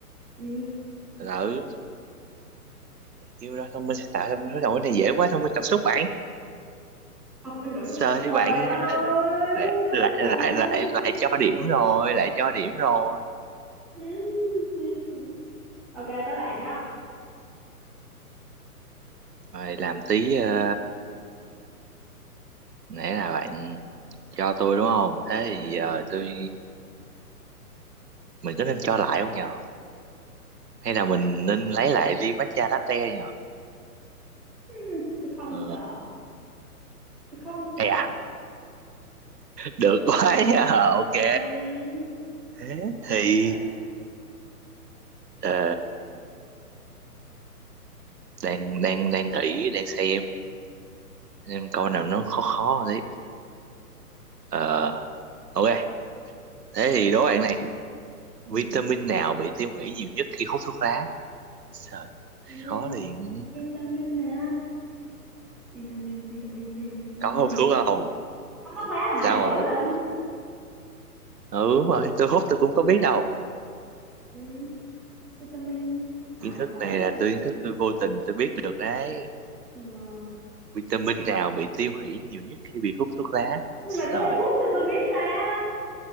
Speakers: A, in the centre; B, on the right (about 80°).
A: Ừ.
B: Lỡ, EQ đó, thông minh sẽ tạo ra bên đối đầu. Cái này dễ quá, thông minh cảm xúc bạn.
A: ông Minh Cẩu
B: Trời,
A: Thúc trời
B: bạn
A: ơi
B: lại,
A: đúng
B: lại,
A: rồi
B: lại, lại, lại cho điểm rồi, lại cho điểm rồi.
A: ừ. ừ, ừ. ok tới bạn đó
B: Rồi, làm tí, ờ, nãy là bạn cho tôi đúng không? Thế thì
A: ừ.
B: giờ tôi, mình có nên cho lại không nhờ? hay là mình nên lấy lại ly matcha latte nhờ
A: Ừ. tôi không
B: ờ
A: sợ tôi không sợ
B: hay à được quá nha ok
A: ừ.
B: thế
A: không
B: thì
A: sợ đâu.
B: ờ, đang đang đang nghĩ đang xem xem câu nào nó khó khó hơn đấy ờ ok thế thì đố bạn này
A: ừ.
B: vitamin nào bị tiêu hủy nhiều nhất khi hút thuốc lá trời
A: Vi
B: khó liền
A: vitamin nè vitamin vitamin vitamin
B: có
A: vitamin
B: hút thuốc không
A: ông thuốc lá là
B: sao
A: hại phổi
B: mà biết
A: mà
B: được ừ đúng rồi tôi hút tôi cũng có biết đâu
A: ừ. vitamin hại
B: kiến thức
A: phổi
B: này là
A: mà
B: tôi kiến thức tôi vô tình tôi biết được đấy
A: Ừ, wow
B: vitamin nào bị tiêu hủy nhiều nhất khi bị hút thuốc lá
A: nhưng
B: rồi
A: mà tôi không hút là tôi biết ta